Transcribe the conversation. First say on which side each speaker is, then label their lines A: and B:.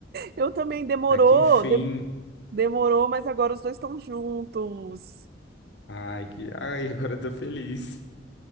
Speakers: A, on the right; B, on the left.
A: eu também demorou,
B: Até que enfim.
A: de- demorou, mas agora os dois estão juntos.
B: Ai, que... Ai, agora eu tô feliz.